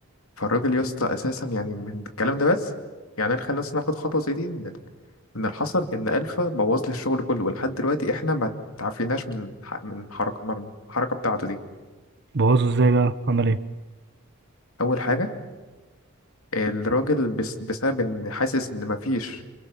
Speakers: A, on the left; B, on the right.
A: فالراجل يا اسطى اساسا يعني من الكلام ده بس يعني انا خلينا اصلا ناخد خطوه زي دي ان ال- ان الحصل ان الفا بوظ لي الشغل كله ولحد دلوقتي احنا ما تعافيناش من الح- من الحركه من الحركه بتاعته دي
B: بوظه ازاي بقى عمل ايه
A: اول حاجه الراجل بس بسبب ان حاسس ان ما فيش